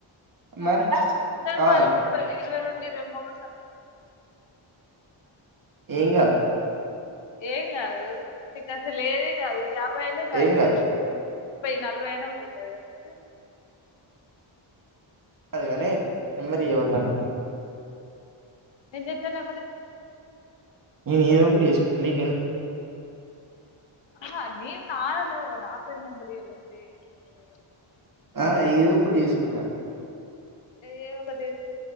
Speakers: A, on the right; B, on the left.
A: మరి
B: అందరు
A: కావాలా
B: బాలే ముప్పై ఇరవై రెండు ఇరవై మూడున్నరు
A: ఏంగాదు
B: ఏం కాదు నీకసలు ఏది కాదు ఎ ప్పడైన సాలుసాలది
A: ఏం కాదు
B: ఇరవై ముప్పై నలభై అయిన కూడ ఎం కాదు గదా నీకు
A: కాని నెంబర్ ఇయ్యి ఎవళిదన్నా
B: ఏం చేత్తవ్ నంబర్ తీ
A: నేను ఏదో ఒకటి చేసుకుట నీకు ఎందుకు
B: ఆహా నేను నా నంబర్ నా ఫ్రెండ్ నంబర్ ఇయ్యాలంటే ఎం చేత్తవో కదా
A: ఆ ఏదో ఒకటి చేసుకుంట
B: ఏదో ఒకటి ఏంటిది